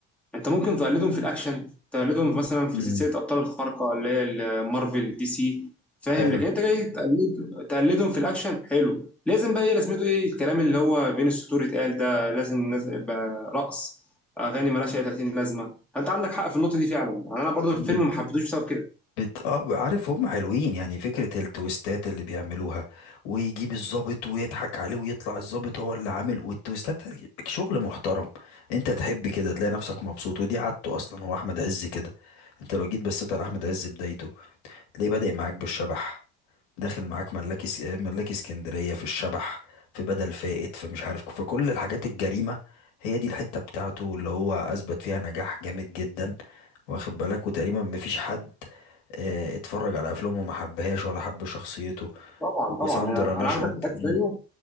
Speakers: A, in the centre; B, on the left.
A: انت ممكن تقلدهم في الاكشن تقلدهم مثلا في
B: مم.
A: سلسله ابطال الخارقه اللي هي ال- مارفل دي سي فاهم
B: حلو
A: لكن انت جاي تقلد تقلدهم في الاكشن حلو لازم بقى ايه لازمته ايه الكلام اللي هو بين السطور اتقال ده لازم الناس يبقى رقص اغاني مالهاش اي 30 لازمه انت عندك حق في النقطه دي فعلا يعني انا برضو الفيلم
B: بت بت-
A: ما حبيتهوش بسبب كده
B: بت اه عارف هم حلوين يعني فكرة التويستات اللي بيعملوها ويجيب الضابط ويضحك عليه ويطلع الضابط هو اللي عامل والتويستات شغل محترم انت تحب كده تلاقي نفسك مبسوط ودي عادته اصلا هو احمد عز كده انت لو جيت بصيت على احمد عز بدايته ليه بادئ معاك بالشبح داخل معاك ملاكي س... ملاكي اسكندرية في الشبح في بدل فائت فمش عارف فكل الحاجات الجريمة هي دي الحتة بتاعته اللي هو أثبت فيها نجاح جامد جدا واخد بالك وتقريبا مفيش حد آه، اتفرج على أفلامه وما حبهاش ولا حب شخصيته
A: طبعا طبعا
B: وساندرا
A: انا انا
B: نشأت
A: هاخدك في حته
B: مم.
A: ثانيه